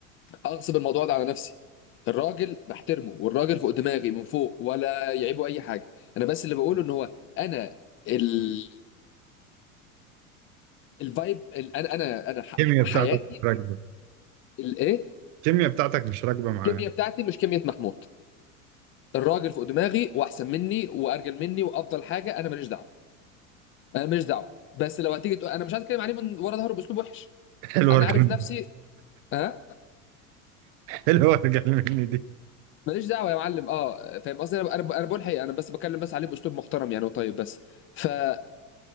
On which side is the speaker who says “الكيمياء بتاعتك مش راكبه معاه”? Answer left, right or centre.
Right